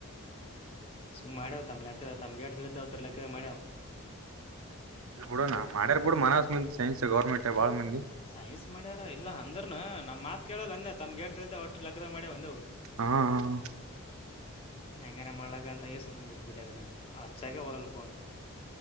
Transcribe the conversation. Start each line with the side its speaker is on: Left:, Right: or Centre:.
Left: ಸುಮ್ಮ್ ಮಾಡ್ಯಾವ್ ತಮ್ಮ್ ಲೆಕ್ಕದ ತಮ್ಗೆರಡ್ ತಿಳ್ದಾವತ ಲೆಕ್ಕದ ಮಾಡ್ಯಾವ್
Right: ಇ ಬಿುಡಣಾ ಮಾಡ್ಯಾರ ಬಿಡು ಮನಸ್ ಮಂದ ಸೈನ್ಸ್ ಗೌರ್ಮೆಂಟ್ ಬಾಳ ಮಂದಿ
Left: ಸೈನ್ಸ್ ಮಾಡ ಅ ಇಲ್ಲ ಅಂದ್ರರು ನಮ್ಮ ಮಾತುೇಳಲ್ಲ ಅಂದೆ ತಮ್ಮಗೆೇತೈತೆ ಅಷ್ಟ ಲೆಕ್ಕದಾಗ ಮಾಡೆ ಒಂದೆವು
Right: ಹಾ ಹಾ
Left: ಹೆಂಗನ ಮಾಡಲಾ ಅಂತ ಎ ಸು ಬಿಟ್ಬಟ್ಟಿ ಎ ಅಚ್ಚಾಗ ಒಳ್ಳಲ್ಲಫೋನ್